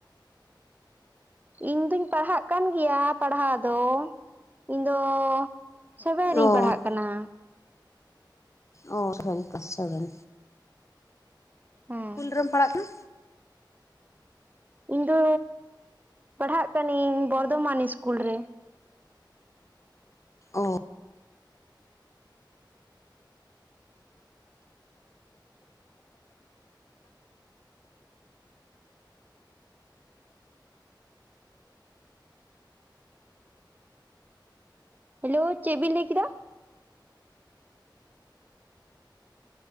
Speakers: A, on the right; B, on the left.
A: ᱤᱧᱫᱩᱧ ᱯᱟᱲᱦᱟᱜ ᱠᱟᱱ ᱜᱮᱭᱟ ᱯᱟᱲᱦᱟᱣ ᱫᱚ, ᱤᱧᱫᱚ ᱥᱮᱵᱷᱮᱱ ᱨᱤᱧ
B: ᱚ
A: ᱯᱟᱲᱦᱟᱜ ᱠᱟᱱᱟ᱾
B: ᱚ <inaudible> ᱛᱚ ᱥᱮᱵᱷᱮᱱ
A: ᱦᱮᱸ
B: ᱠᱩᱞ ᱨᱮᱢ ᱯᱟᱲᱦᱟᱜ ᱠᱟᱱᱟ?
A: ᱤᱧ ᱫᱚ ᱯᱟᱲᱦᱟᱜ ᱠᱟᱹᱱᱤᱝ ᱵᱚᱨᱫᱷᱚᱢᱟᱱ ᱤᱥᱠᱩᱞ ᱨᱮ᱾
B: ᱚ᱾
A: ᱦᱮᱞᱳ ᱪᱮᱫ ᱵᱤᱱ ᱞᱮᱭ ᱠᱮᱫᱟ?